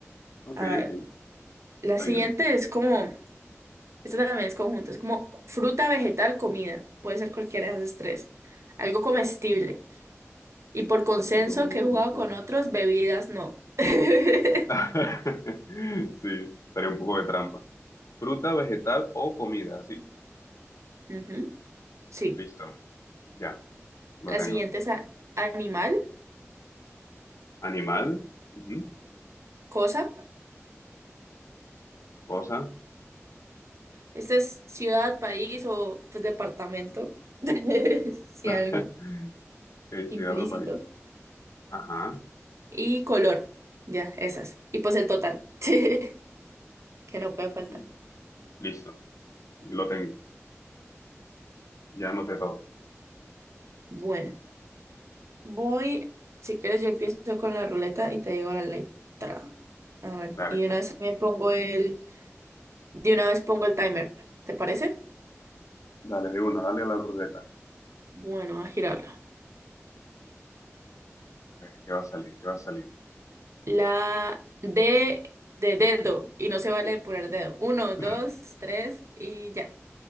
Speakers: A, on the left; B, on the right.
A: Ok,
B: A ver,
A: ok,
B: la
A: está
B: siguiente
A: bien.
B: es como, esta también es conjunta, es como fruta, vegetal, comida. Puede ser cualquiera de esas tres. Algo comestible. Y por consenso
A: Fruta.
B: que he jugado con otros, bebidas no. <laughs>
A: <laughs> Sí, estaría un poco de trampa. Fruta, vegetal o comida, sí,
B: Ujú, Sí.
A: listo. Ya. Lo
B: La
A: tengo.
B: siguiente es a- animal,
A: Animal, ujú,
B: cosa.
A: Cosa,
B: Esta es ciudad, país o pues, departamento, <laughs> si
A: <laughs>
B: algo
A: eh, ciudad
B: implícito.
A: o país. Ajá,
B: Y color, ya, esas. Y pues el total, <laughs> que no puede faltar.
A: y listo. Lo tengo. Ya anoté todo.
B: Bueno, voy, si quieres yo empiezo con la ruleta y te digo la letra. A ver,
A: Dale,
B: y de una vez me pongo el, de una vez pongo el timer, ¿te parece?
A: dale de una, dale a la ruleta.
B: Bueno, a girarla.
A: A ver, ¿qué va a salir? ¿Qué va a salir?
B: La D de dedo, y no se vale poner dedo. Uno, dos,
A: <laughs>
B: tres y ya.